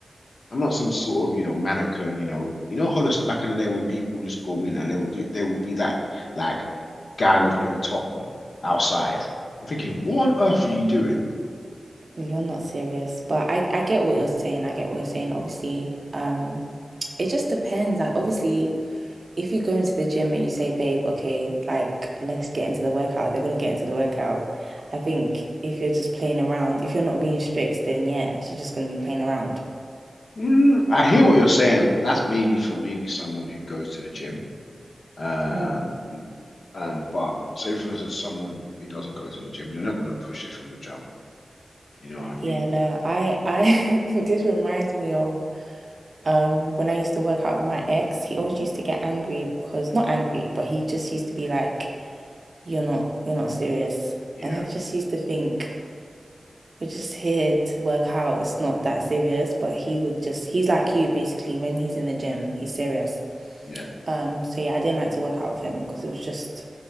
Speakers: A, on the left; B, on the right.
A: I'm not some sort of, you know, mannequin, you know. You know Hollister back in the day when people would just go in and they would do they would be that like guy with no top on outside. I'm thinking, what on earth are you doing?
B: You're not serious, but I I get what you're saying. I get what you're saying. Obviously, um, it just depends. Like obviously, if you go into the gym and you say, babe, okay, like let's get into the workout, they're gonna get into the workout. I think if you're just playing around, if you're not being strict, then yeah, she's just gonna be playing around.
A: Mm, I hear what you're saying. And that's mainly for maybe someone who goes to the gym. Um,
B: Mm.
A: um, but say for instance, someone who doesn't go to the gym, they're not gonna push it from the jump. You know what I mean?
B: Yeah, no, I I <laughs> this reminds me of um when I used to work out with my ex, he always used to get angry because not angry, but he just used to be like, You're not you're not serious.
A: Yeah,
B: And I just used to think we're just here to work out. It's not that serious, but he would just, he's like you basically. When he's in the gym, he's serious.
A: yeah.
B: Um, so yeah, I didn't like to work out with him because it was just